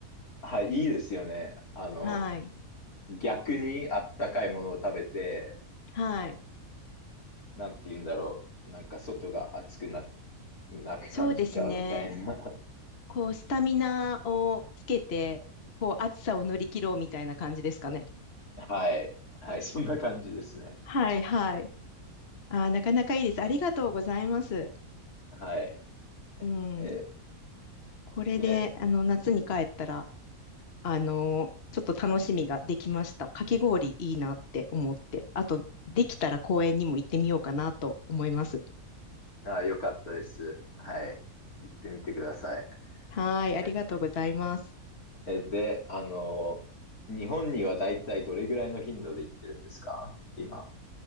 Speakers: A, on the left (about 75°); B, on the left (about 45°).
A: はい、いいですよね。あの、
B: はい。
A: 逆にあったかいものを食べて、
B: はい。
A: なんて言うんだろう。なんか外が暑くな、なく感じちゃうみたいな。
B: そうですね。こう、スタミナをつけて、こう、暑さを乗り切ろうみたいな感じですかね。
A: <laughs> はい。はい、そんな感じですね。
B: はいはい。あー、なかなかいいです。ありがとうございます。
A: はい。
B: うん。
A: え、
B: これで、
A: で、
B: あの、夏に帰ったら、あの、ちょっと楽しみができました。かき氷いいなって思って。あと、できたら公園にも行ってみようかなと思います。
A: あ、よかったです。はい。行ってみてください。
B: はい、ありがとうございます。
A: え、えで、あの、日本にはだいたいどれぐらいの頻度で行ってるんですか今。